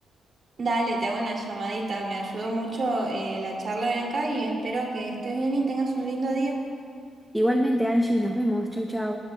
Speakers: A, on the right; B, in the centre.
A: Dale, te hago una llamadita. Me ayudó mucho eh, la charla, Bianca, y espero que estés bien y tengas un lindo día.
B: Igualmente, Angie, nos vemos. Chau, chau.